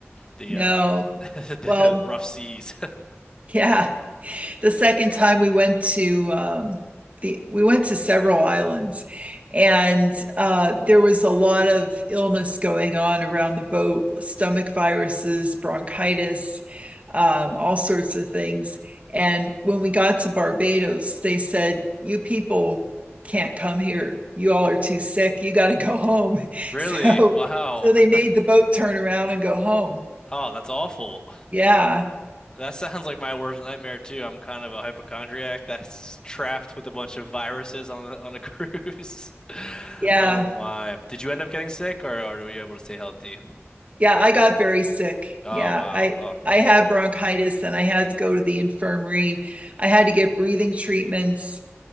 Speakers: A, on the left; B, on the right.
A: the
B: No.
A: uh <laughs> the
B: Well,
A: rough seas. <laughs>
B: yeah. the second time we went to um, the we went to several islands, and uh, there was a lot of illness going on around the boat: stomach viruses, bronchitis, um, all sorts of things. And when we got to Barbados, they said, "You people can't come here. You all are too sick. You got to go home." <laughs>
A: Really?
B: So,
A: Wow.
B: so they made
A: <laughs>
B: the boat turn around and go home.
A: Oh, that's awful.
B: Yeah,
A: That sounds like my worst nightmare too. I'm kind of a hypochondriac that's trapped with a bunch of viruses on the, on a <laughs> cruise.
B: yeah.
A: Oh my. Did you end up getting sick or, or were you able to stay healthy?
B: yeah, I got very sick.
A: Oh
B: Yeah,
A: wow.
B: I
A: Oh,
B: I had bronchitis and I had to go to the infirmary. I had to get breathing treatments.